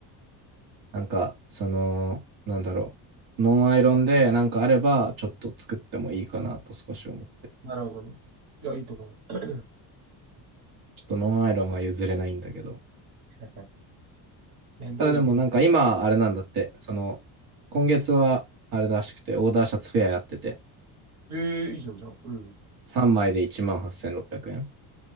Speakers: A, on the right; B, on the right.
A: なんか、その、なんだろう。ノンアイロンでなんかあれば、ちょっと作ってもいいかなと少し思って。
B: なるほどね。いや、いいと思います。<laughs>
A: ちょっとノンアイロンは譲れないんだけど。
B: はいはいめんどいね。
A: ただでもなんか今、あれなんだって、その、今月はあれらしくて、オーダーシャツフェアやってて、
B: ええいいじゃん、じゃあ。うん。
A: 3枚で18,600円。